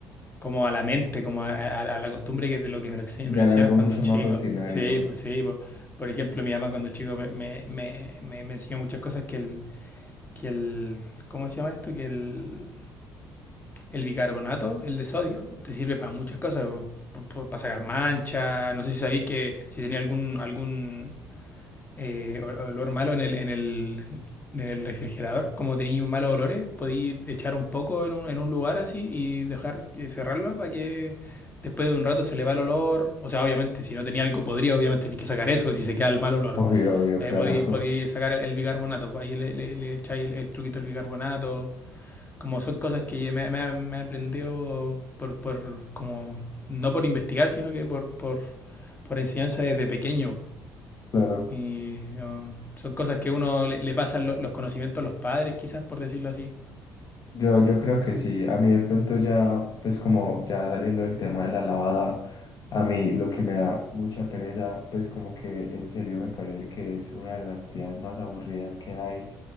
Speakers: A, on the left; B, on the left.
A: como a la mente, como a, a- a la costumbre que de lo que me lo, ense-
B: Ya
A: me lo enseñaron
B: era algo
A: cuando
B: mucho
A: chico.
B: más rutinario,
A: Sí, pues sí, pues. Por ejemplo, mi mamá cuando chico me, me, me, me- me enseñó muchas cosas que el, que el, ¿cómo se llama esto? Que el, el bicarbonato, el de sodio, te sirve para muchas cosas, para sacar manchas. No sé si sabía que si tenía algún, algún, eh, olor malo en el, en el, en el refrigerador, como tenéis malos olores, podéis echar un poco en un, en un lugar así y dejar que cerrarlo para que después de un rato se le va el olor. O sea, obviamente, si no tenía algo podría, obviamente tenéis que sacar eso, y si se queda el mal olor.
B: obvio, obvio,
A: Eh,
B: claro,
A: podéis, podéis, sacar el bicarbonato, pues ahí le, le, le echáis el, el, truquito del bicarbonato. Como son cosas que me, me, me he aprendido por, por, como, no por investigar, sino que por, por, por enseñanza desde pequeño.
B: <laughs> claro.
A: Y no, son cosas que uno le, le pasan lo- los conocimientos a los padres, quizás, por decirlo así.
B: Yo, yo creo que sí, a mí de pronto ya, pues como ya saliendo del tema de la lavada, a mí lo que me da mucha pereza, pues como que en serio me parece que es una de las actividades más aburridas que hay,